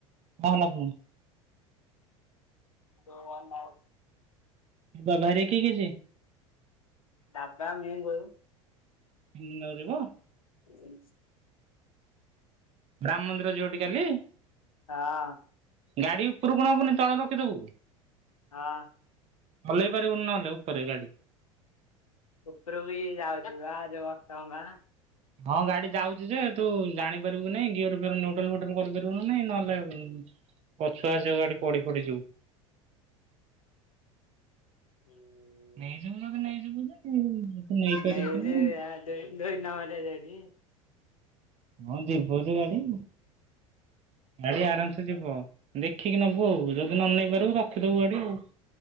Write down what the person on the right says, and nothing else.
କଣ ହେଲା ପୁଣି?
ଏ ବାବା ହେରିକା କିଏ କିଏ ଯିବେ?
ତିନି ଜଣ ଯାକ ଯିବ?
ରାମ ମନ୍ଦିର ଯିବ ଟି କାଲି?
ଗାଡି ଉପୁରୁକୁ ନବୁନି ତଳେ ରଖିଦବୁ।
ହଲେଇ ପାରିବୁନି ନହେଲେ ଉପରେ ଗାଡି।
ହଁ ଗାଡି ଯାଉଛି ଯେ ତୁ ଜାଣି ପାରିବୁ କି ନାଇଁ ଗିଅର ଫିଅର ନିଉଟାଲ୍ ଫିଉଟାଲ୍ କରିପାରିବୁ ନାଇଁ ନହେଲେ ପଛୁଆ ଆସିବ ଗାଡି ପଡି ଫଡି ଯିବୁ।
ନେଇଯିବୁ ଯଦି ନେଇଯିବୁ ଯେ ତୁ ନେଇପାରିବୁ
କି ନା।
ହଁ ଯିବୁ ଯେ ଗାଡି। ଗାଡି ଆରାମ୍ ସେ ଯିବ। ଦେଖିକି ନବୁ ଆଉ ଯଦି ନ ନେଇ ପାରିବୁ ରଖିଦବୁ ଗାଡି ଆଉ।